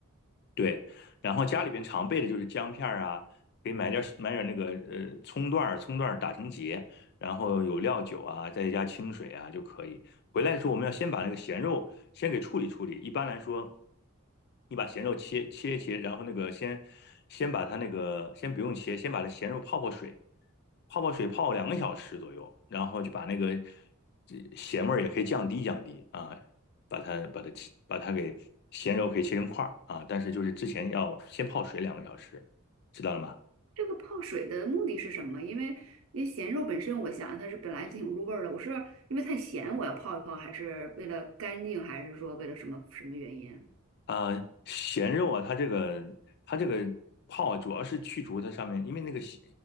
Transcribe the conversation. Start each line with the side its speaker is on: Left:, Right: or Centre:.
Left: 对，然后家里边常备的就是姜片儿啊，可以买点儿买点儿那个呃葱段儿，葱段儿打成结，然后有料酒啊，再加清水啊就可以。回来的时候我们要先把那个咸肉先给处理处理。一般来说，你把咸肉切切一切，然后那个先先把它那个先不用切，先把它咸肉泡泡水，泡泡水泡两个小时左右，然后就把那个这咸味儿也可以降低降低啊，把它把它切把它给咸肉可以切成块儿啊，但是就是之前要先泡水两个小时，知道了吗？
Right: 这个泡水的目的是什么？因为因为咸肉本身，我想它是本来就挺入味儿的。我是因为太咸，我要泡一泡，还是为了干净，还是说为了什么什么原因？
Left: 啊、呃咸肉啊，它这个它这个泡啊主要是去除它上面，因为那个咸